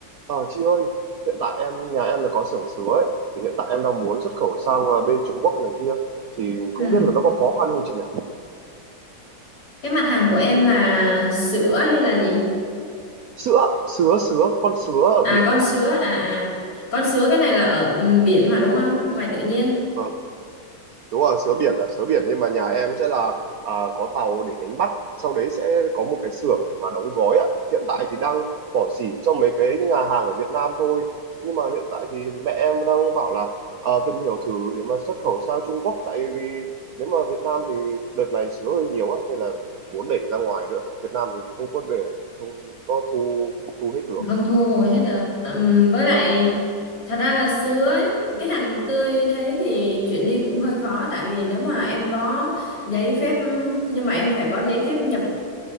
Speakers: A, on the right; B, on the left.
A: Ờ, chị ơi, hiện tại em nhà em là có xưởng sứa ấy, thì hiện tại em đang muốn xuất khẩu sang à, bên Trung Quốc này kia, thì không
B: Ừ.
A: biết là nó có khó khăn không chị nhỉ?
B: Cái mặt hàng của em là sữa hay là gì?
A: Sữa, sứa, sứa, con sứa ở
B: À
A: biển
B: con
A: ấy
B: sứa
A: ạ.
B: à à. Con sứa cái này là ở ừ, biển mà đúng không? Ngoài tự nhiên,
A: Ờ, đúng rồi sứa biển ạ sứa biển nhưng mà nhà em sẽ là à, có tàu để đánh bắt sau đấy sẽ có một cái xưởng để mà đóng gói ạ hiện tại thì đang bỏ xỉ cho mấy cái nhà hàng ở Việt Nam thôi nhưng mà hiện tại thì mẹ em đang bảo là à, tìm hiểu thử để mà xuất khẩu sang Trung Quốc tại vì nếu mà Việt Nam thì đợt này sứa hơi nhiều á nên là muốn đẩy ra ngoài nữa Việt Nam thì không có để không có thu thu hết được
B: không thu hồi hết được. Ừm, với lại thật ra là sứa ấy, cái hàng tươi thế thì chuyển đi cũng hơi khó tại vì nếu mà em có giấy phép ừ, nhưng mà em phải có giấy phép nhập